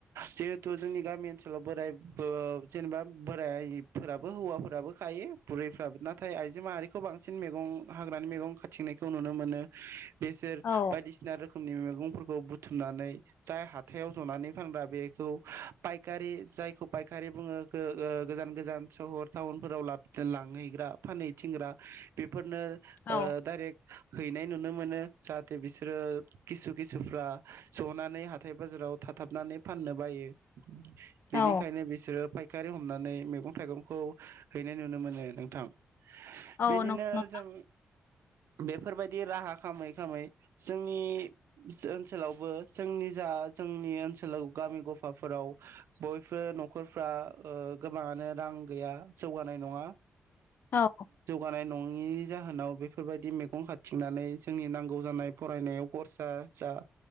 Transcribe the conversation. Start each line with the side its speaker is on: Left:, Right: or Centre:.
Right: जिहेथु जोंनि गामि ओनसोलाव बोराय जेनेबा बोरायफोराबो हौवाफोराबो खायो बुरैफ्राबो नाथाय आइजो माहारि बांसिन मैं हाग्रानि मैगं खाथिंनायखौ नुनो मोनो बेसोर
Left: औ
Right: बायदिसिना रोखोम रोखोमनि मैगंफोरखौ बुथुमनानै जाय हाथायाव जनानै फानग्रा बेखौ फायखारि जायखौ फायखारि बुङो गोजान गोजान सहर टाउनफोराव लांहैग्रा फानहैथिंग्रा बे फोरनो
Left: औ
Right: डाइरेक्ट हैनाय नुनो मोनो जाहाथे बिसोरो किसु खिसुफ्रा जनानै हाथाय बाजाराव थाथाबनानै फाननो बायो बेनिखायनो
Left: औ
Right: बिसोरो फाय फायखारि हमनानै मैगं थाइगंखौ हैनाय नुनो मोनो नोंथां
Left: औ
Right: बिदिनो
Left: नंगौ
Right: जों बेफोरबायदि राहा खालामै खालामै जोंनि ओनसोलावबो जोंनि जा जोंनि ओनसोलाव गामि गफाफोराव बयबो नखरफ्रा ओ गोबाङानो रां गैया जौगानाय नङा
Left: औ
Right: जानाय नङिनि जाहोनाव बेफोरबायदि मैगं खाथिंनानै जोंनि नांगौ जानाय फरायनायाव खरसा जा